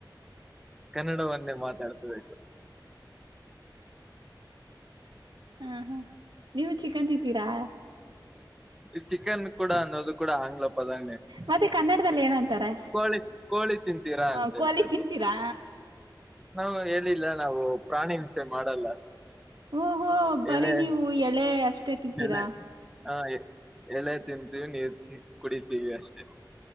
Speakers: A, in the centre; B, on the right (about 75°).
A: ಕನ್ನಡವನ್ನೇ ಮಾತಾಡ್ಸಬೇಕು
B: ಹಾ ಹಾ ನೀವು ಚಿಿಕಂದಿದ್ದೀರಾ
A: ಈ ಚಿಕನ್ ಕೂಡ ಅನ್ನೋದು ಕೂಡ ಆಂಗ್ಲಪ್ಪ ದೆ
B: ಮತ್ತೆ ಕನ್ನಡದಲ್ಲಿ ಏನಂತಾರೆ
A: ಕೋಳಿ ಕೋಳಿ ತಿಂತೀರಾ
B: ಆ,
A: ಅಂತ
B: ಕೋಳಿ
A: ಹೇಳ್ಬೇಕು
B: ತಿಂತೀರಾ
A: ನಾವು ಹೇಳಿಲ್ಲ ನಾವು ಪ್ರಾಣಿ ಹಿಸೆ ಮಾಡಲ್ಲ
B: ಹಓ್ ಹೋ ಬರಿೀ
A: ಎಳೆ
B: ನೀವು ಎಳೆ ಅಷ್ಟೇ ತಿಂತೀರಾ
A: ಎಳೆ ಹಾ ಎಲೆ ತಿಂತೀವಿ ನೀ ಕುಡಿತೀವಿ ಅಷ್ಟೇ